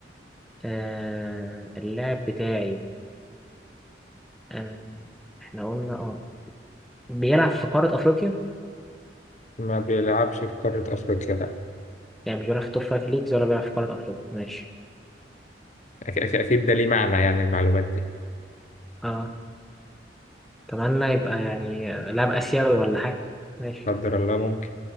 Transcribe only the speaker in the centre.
آه اللاعب بتاعي آه احنا قلنا اه بيلعب في قارة أفريقيا؟
يعني مش بيلعب في توب فايف ليجز ولا بيلعب في قارة أفريقيا ماشي
اه اتمنى يبقى يعني لاعب اسيوي ولا حاجه ماشي